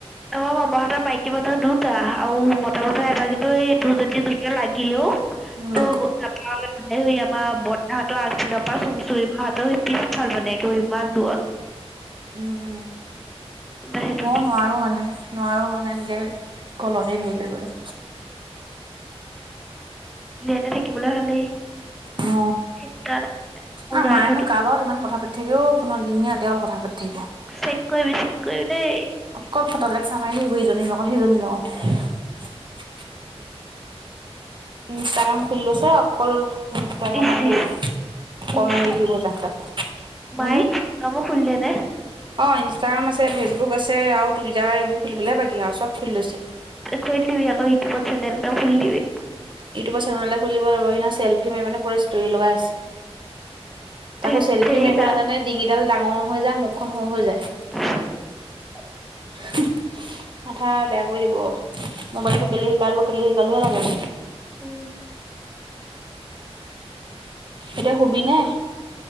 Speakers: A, in the centre; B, on the right (about 50°).
A: আমাৰ মামাহঁতৰ মাইকী মানুহৰ দুটা আৰু মতা মানুহ এটা, কিন্তু এইটো যদি জুৰ কে লাগিলেও
B: উম
A: তো ব <unintelligible> <unintelligible> আমাৰ বৰ তাহঁতৰ আগপিনৰ পৰা চুম চুৰি বাহঁতৰ সেই পিছফালে এনেকৈ ইমান দূৰত।
B: উম,
A: সেইটো
B: ময়ো
A: দি
B: নোৱাৰো মানে, নোৱাৰো মানে এনেকে। কলমে নীল হৈ পৰিলে।
A: এ থাকিবলৈ ভালেই।
B: অ,
A: চিন্তা নাই মোৰ
B: অ,
A: গা
B: মায়েনো
A: ধোৱাটো
B: কাৰ লগত ইমান কথা পাতি থাকে অ ফোনত দিনে ৰাতিয়ে অকল কথা পাতি থাকিব
A: ছেক কৰিবি ছেক কৰিবি দেই।
B: অকল ফটা লেকছাৰ মাৰি থাকিব ইজনীৰ লগত সেইজনীৰ লগত। ইনষ্টাগ্ৰাম খুলিলৈছে অকল ইনষ্টাগ্ৰামত
A: ইচ
B: হেই
A: ইচ
B: কমেণ্ট
A: ইনষ্টা
B: দি থাকিব যা তাক
A: মায়ে
B: উম,
A: ইনষ্টাগ্ৰামো খুলি নে
B: অ, ইনষ্টাগ্ৰাম আছে ফেচবুক আছে আৰু টুইটাৰ এইবোৰ খুলিবলৈহে বাকি আৰু চব খুলি লৈছে
A: কৈ দিবি আক ইউটিউবত চেনেল এটাও খুলি দিবি।
B: ইউটিউবৰ চেনেল খুলি দিব লাগিব চেল্ফি মাৰি মানে পুৰা ষ্টৰি লগাই আছে।
A: ধেত
B: তাকো চেল্ফি
A: তেৰিকা
B: মাৰিব নাজানে ডিঙিডাল ডাঙৰ হৈ যায় মুখখন সৰু হৈ যায়।
A: <inaudible>
B: মাথা বেয়া কৰি দিব। মোবাইলটো কেলে শিকালো কেলে শিকালো হে লাগে।
A: উম
B: এতিয়া শুবি নে?